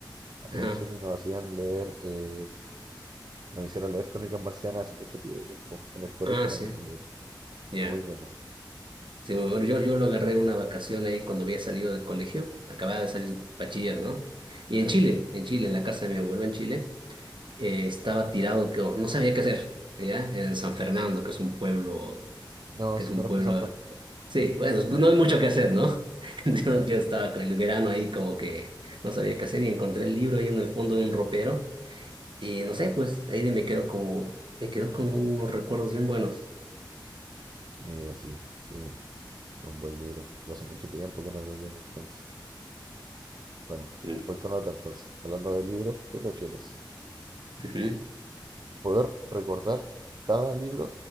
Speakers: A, on the right; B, on the right.
A: Acá
B: Ajá.
A: en Chile nos hacían leer eh, Nos hicieron leer Crónicas Marcianas hace mucho tiempo. En el colegio
B: Ah, sí.
A: nos hacían leer.
B: Ya.
A: Muy bueno,
B: Sí, muy
A: sí.
B: bueno, yo, yo lo agarré una vacación ahí cuando había salido del colegio, acababa de salir bachiller, ¿no? Y en Chile, en Chile, en la casa de mi abuelo en Chile. eh, estaba tirado que no sabía qué hacer, ¿ya? En San Fernando, que es un pueblo,
A: No,
B: que
A: sí
B: es un
A: conozco
B: pueblo,
A: San Fernando,
B: sí, bueno, pues no hay mucho que hacer, ¿no? <laughs> Yo,
A: claro.
B: yo estaba con el verano ahí como que no sabía qué hacer y encontré el libro ahí en el fondo de un ropero y no sé, pues ahí me quedo como, me quedo con unos recuerdos bien buenos,
A: Mira, sí, sí, es un buen libro. Yo hace mucho tiempo que no lo leo, entonces. Bueno,
B: Mm,
A: voy con otra entonces. Hablando de libros, ¿qué prefieres?
B: ujú.
A: ¿Poder recordar cada libro